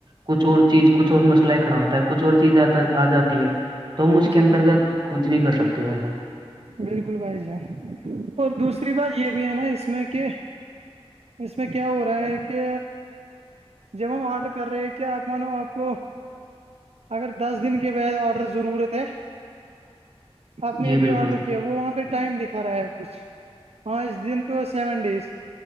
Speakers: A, on the right; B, on the right.
A: کچھ اور چیز کچھ اور مسئل کھڑا ہوتا ہے کچھ اور چیز آتا آ جاتی ہے تم اس کے
B: جی
A: انترگت
B: بالکل
A: کچھ نہیں کر سکتے ہو بھائی جان
B: بالکل بھائی جان اور دوسری بات یہ بھی ہے نا اس اس میں کہ اس میں کیا کیا ہو رہا ہے کہ جب ہم آرڈر کر رہے ہیں کیا آپ مانو آپ کو اگر دس دن کے بعد آڈر ضرورت ہے آپ نے
A: جی
B: ابھی
A: بالکل
B: آرڈر کیا وہ وہاں پہ ٹائم دکھا رہا ہے کچھ پانچ دن ٹو سیون ڈیز